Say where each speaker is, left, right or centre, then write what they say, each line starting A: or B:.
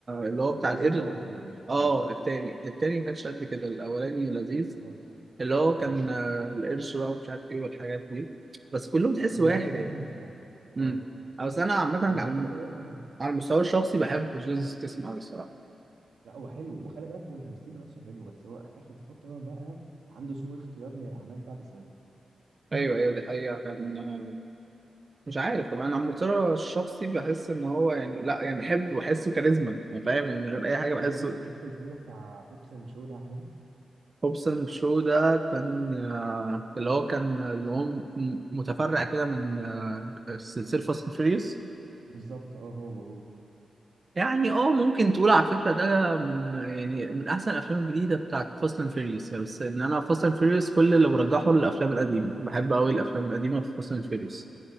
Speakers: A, on the right; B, on the right.
A: اللي هو بتاع
B: الجزء
A: القرد
B: الاول كمان مش التاني
A: اه التاني التاني ما كانش قد كده الأولاني لذيذ
B: بالظبط
A: اللي هو
B: اه
A: كان آه، القرش بقى ومش عارف ايه والحاجات دي بس كلهم تحس
B: لا
A: واحد
B: ده كان
A: يعني
B: حلو الصراحه اه
A: امم بس انا عامة
B: ما هو
A: على
B: الفكره
A: الم-
B: ان هو اه
A: على المستوى الشخصي بحب جيسوس ستيسم قوي الصراحة
B: لا هو حلو وخلي بالك هو تمثيله نفسه حلو بس هو اخر فتره بقى عنده سوء اختيار للاعمال بتاعته شويه
A: ايوه ايوه دي حقيقة كان آه، مش عارف طبعا انا على المستوى الشخصي بحس ان هو يعني لا يعني بحبه بحسه كاريزما يعني فاهم يعني من غير اي حاجة
B: طب
A: بحسه
B: انت مثلا شفت الفيلم بتاع هوبس اند شو ده عجبك
A: هوبسون شو ده كان آه، اللي هو كان آه، اللي هو م- متفرع كده من آه، سلسلة فاست اند فيريوس
B: بالظبط اه هو هو
A: يعني اه ممكن تقول على فكرة ده من يعني من أحسن الأفلام الجديدة بتاعت فاست أند فيريوس بس إن أنا فاست أند فيريوس كل اللي برجحه للأفلام القديمة بحب أوي الأفلام القديمة في فاست أند فيريوس